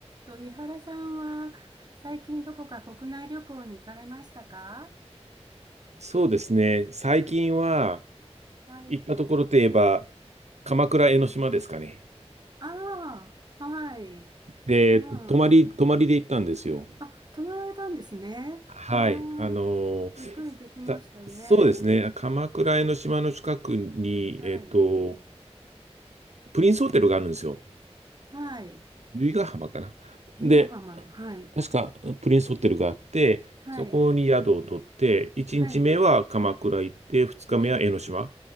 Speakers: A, on the right; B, on the right.
A: と、井原さんは最近どこか国内旅行に行かれましたか
B: そうですね。最近は
A: はい。
B: 行ったところといえば、鎌倉江ノ島ですかね。
A: ああ、はい。
B: で、
A: ああ、
B: 泊まり、泊まりで行ったんですよ。
A: あ、泊まられたんですね。
B: はい。
A: ああ、
B: あのーかそうですね。
A: ゆっくりできましたよね。
B: 鎌倉江ノ島の近くに、
A: はい。
B: えっと、プリンスホテルがあるんですよ。
A: はい。
B: 由比ヶ浜かな。
A: 由比ヶ浜の、
B: で、
A: はい。
B: 確かプリンスホテルがあって、
A: はい。
B: そこに宿を取って、1日目は鎌倉行って、
A: はい。
B: 2日目は江ノ島。
A: ええ。